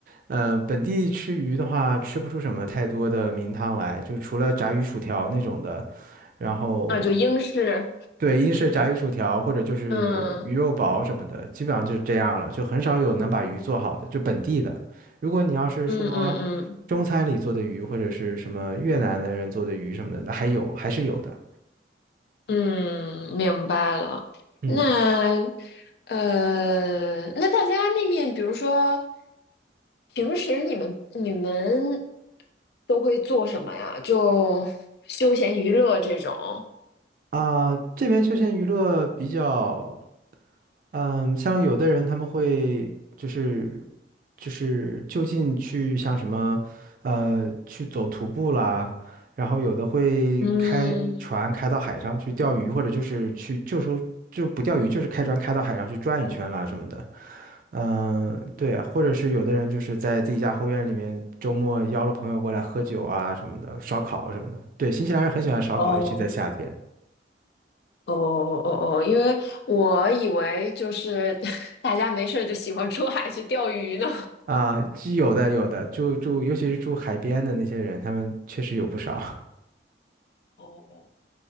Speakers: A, on the right; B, on the left.
A: 呃，本地吃鱼的话，吃不出什么太多的名堂来，就除了炸鱼薯条那种的，然后
B: 啊，就英式。
A: 对，英式炸鱼薯条或者就是鱼肉堡什么的，
B: 嗯
A: 基本上就是这样了，就很少有能把鱼做好的，就本地的。如果你要是说
B: 嗯嗯嗯。
A: 中餐里做的鱼，或者是什么越南的人做的鱼什么的，那还有，还是有的。
B: 嗯，明白了。
A: 嗯。
B: 那呃，那大家那面，比如说平时你们你们都会做什么呀？就休闲娱乐这种。
A: 啊，这边休闲娱乐比较，嗯，像有的人他们会就是就是就近去像什么，呃，去走徒步啦，然后有的会开船开到海上去钓鱼，
B: 嗯，
A: 或者就是去就说就不钓鱼，就是开船开到海上去转一圈啦什么的。嗯，对啊，或者是有的人就是在自己家后院里面周末邀了朋友过来喝酒啊什么的，烧烤什么的。对，新西兰人很喜欢烧烤，
B: 哦
A: 尤其在夏天。
B: 哦哦哦，因为我以为就是 <laughs> 大家没事儿就喜欢出海去钓鱼呢。
A: 啊，鸡有的有的，住住，尤其是住海边的那些人，他们确实有不少。<laughs>
B: 哦